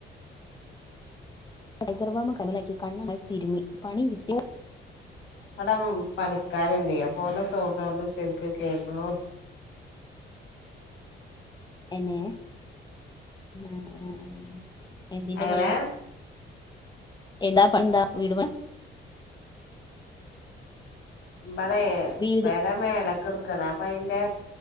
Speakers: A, on the left; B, on the left.
A: ടൈഗർ ബം കണ്ണിലാക്കി കണ്ണ് ആകെ തീരുമ്മി പണി കിട്ടിയോ
B: അവിടം പണിക്കാരുണ്ട് അപോലും തോട്ടാണ്ട് ശരിക്കും കേൾക്കുല
A: എന്നെ ആ ആ എന്തിന്റെ
B: അങ്ങനെ
A: പണിയാ എന്താ പൺതാ വീടുപണ്
B: ഇബ്ബ്ടെേ
A: വീട്
B: പെര മേലേക്കെടുക്കാണെ അപ്പ അയിന്റെ